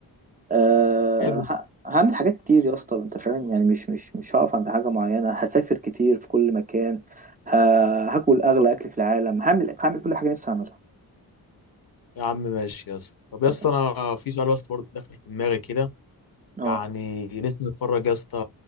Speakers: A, on the right; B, on the left.
A: أه
B: حلو
A: ه- هعمل حاجات كتير يا اسطى انت فاهم يعني مش مش مش هقف عند حاجة معينة هسافر كتير في كل مكان ه- هاكل اغلى اكل في العالم هعمل هعمل كل حاجة نفسي اعملها
B: يا عم ماشي يا اسطى طب يا
A: انت
B: اسطى
A: فاهم
B: انا في سؤال بس برضه داخل في دماغي كده
A: اه
B: يعني لسه متفرج يا اسطى